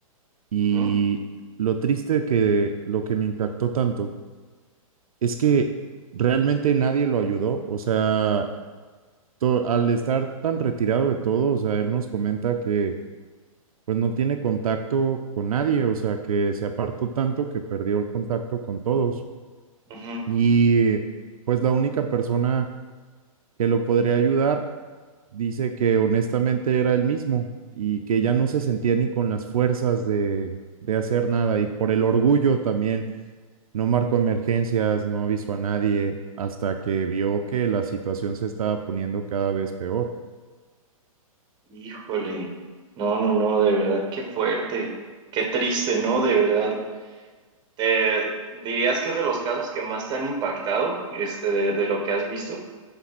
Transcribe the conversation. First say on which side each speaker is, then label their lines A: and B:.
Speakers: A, on the right; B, on the right.
A: y
B: Ujú,
A: lo triste que lo que me impactó tanto es que realmente nadie lo ayudó, o sea, to- al estar tan retirado de todo, o sea, él nos comenta que pues no tiene contacto con nadie, o sea, que se apartó tanto que perdió el contacto con todos.
B: ujú.
A: Y pues la única persona que lo podría ayudar dice que honestamente era él mismo y que ya no se sentía ni con las fuerzas de, de hacer nada y por el orgullo también no marcó emergencias, no avisó a nadie hasta que vio que la situación se estaba poniendo cada vez peor.
B: Híjole, no, no, no, de verdad, qué fuerte, qué triste, ¿no? De verdad. ¿Te dirías que es de los casos que más te han impactado, este, de, de lo que has visto?